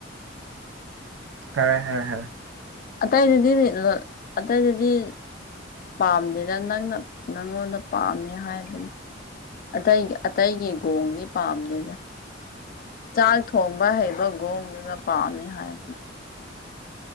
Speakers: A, on the right; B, on the left.
A: ꯍꯥꯏꯔꯦ ꯍꯥꯏꯔꯦ ꯍꯥꯏꯔꯦ꯫
B: ꯑꯇꯩꯗꯗꯤ ꯑꯇꯩꯗꯗꯤ꯫ ꯄꯥꯝꯗꯦꯗ ꯅꯪꯅ ꯅꯪꯉꯣꯟꯗ ꯄꯥꯝꯃꯦ ꯍꯥꯏꯕꯅꯤ꯫ ꯑꯇꯩ ꯑꯇꯩꯒꯤ ꯈꯒꯣꯡꯗꯤ ꯄꯥꯝꯗꯦꯗ꯫ ꯆꯥꯛ ꯊꯣꯡꯕ ꯍꯩꯕ ꯒꯣꯡꯗꯨꯅ ꯄꯥꯝꯃꯤ ꯍꯥꯏꯕꯅꯤ꯫